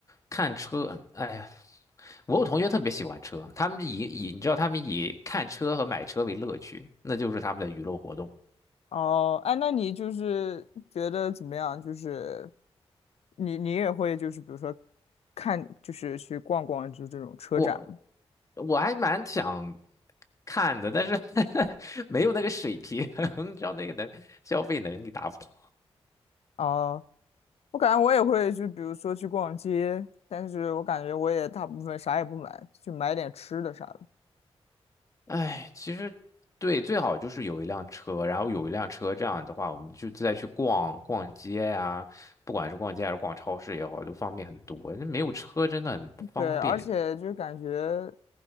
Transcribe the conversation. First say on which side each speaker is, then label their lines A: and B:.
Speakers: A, on the left; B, on the left.
A: 看车，哎呀，我有同学特别喜欢车，他们以以你知道他们以看车和买车为乐趣，那就是他们的娱乐活动。
B: 哦，哎，那你就是觉得怎么样？就是你你也会就是比如说看就是去逛逛就这种车展吗？
A: 我我还蛮想看的，但是 <laughs> 没有那个水平，<laughs> 你知道那个能消费能力达不到。
B: 哦，我感觉我也会就比如说去逛街，但是我感觉我也大部分啥也不买，就买点吃的啥的。
A: 哎，其实对，最好就是有一辆车，然后有一辆车，这样的话，我们就再去逛逛街呀、不管是逛街还是逛超市也好，都方便很多。那没有车真的很不方便，
B: 对，而且就感觉，